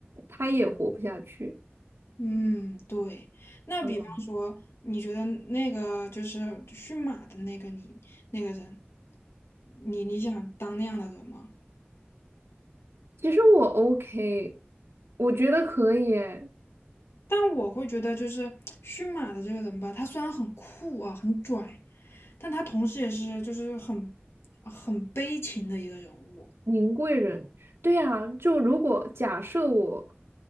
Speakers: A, on the right (about 80°); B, on the left (about 80°).
A: 他也活不下去。
B: 嗯，对。那比方说，
A: 好难。
B: 你觉得那个就是驯马的那个你那个人，你你想当那样的人吗？
A: 其实我 OK，我觉得可以诶。
B: 但我会觉得，就是驯马的这个人吧，他虽然很酷啊，很拽，但他同时也是就是很很悲情的一个人物，
A: 宁贵人，对呀，就如果假设我，